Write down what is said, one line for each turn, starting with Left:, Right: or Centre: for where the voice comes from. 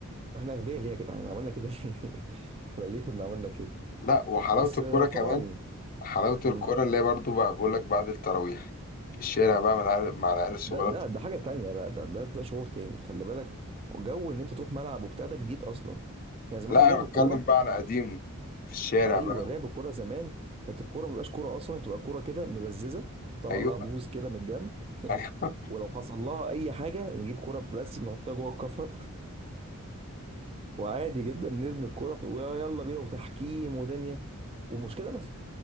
Right: واحنا اغبياء ليه يا جدعان عملنا كده ليه <laughs> احنا ليه كنا عملنا كده
Left: لا وحلاوة
Right: بس
Left: الكورة
Right: آه، طبعا
Left: كمان حلاوة
Right: مم.
Left: الكورة اللي هي برضو بقى بقول لك بعد التراويح في الشارع بقى مع العيال مع العيال الصغيرة
Right: ده ده
Left: بت-
Right: ده حاجة تانية بقى ده ده ده شعور تاني خلي بالك جو ان انت تروح ملعب وبتاع ده جديد اصلا احنا زمان
Left: لا
Right: لعب
Left: انا بتكلم
Right: الكورة
Left: بقى على قديمه في الشارع
Right: ايوه
Left: بقى و-
Right: لعب الكورة زمان كانت الكورة ما بتبقاش كورة اصلا بتبقى كورة كده مبززة طلع
Left: ايوه
Right: لها بوز كده من الجنب
Left: ايوه
Right: ولو حصل لها اي حاجة نجيب كورة بلاستيك نحطها جوه الكفر وعادي جدا نرمي الكورة في يلا بينا وتحكيم ودنيا ومشكلة بقى